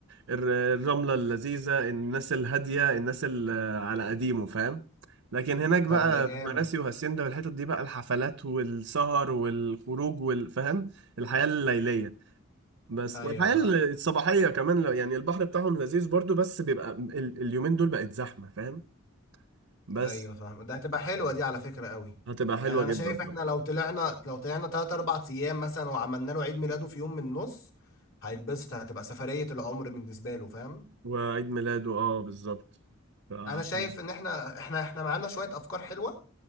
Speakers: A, on the right; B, on the left.
A: الر- الرمله اللذيذه الناس الهاديه الناس ال- على قديمه فاهم لكن هناك بقى
B: طب ده جامد
A: في مراسي وهاسيندا والحتت دي بقى الحفلات والسهر والخروج والفهم الحياه الليليه بس
B: ايوه
A: والحياة الصباحية كمان لو يعني البحر بتاعهم لذيذ برضو بس بيبقى ال- اليومين دول بقت زحمة فاهم بس
B: ايوه فاهم ده هتبقى حلوه دي على فكره قوي
A: هتبقى حلوة
B: يعني انا
A: جدا
B: شايف
A: طبعا
B: احنا لو طلعنا لو طلعنا 3 4 ايام مثلا وعملنا له عيد ميلاده في يوم من النص هيتبسط هتبقى سفريه العمر بالنسبه له فاهم
A: وعيد ميلاده اه بالظبط ف-
B: انا شايف
A: حلو.
B: ان احنا احنا احنا معانا شويه افكار حلوه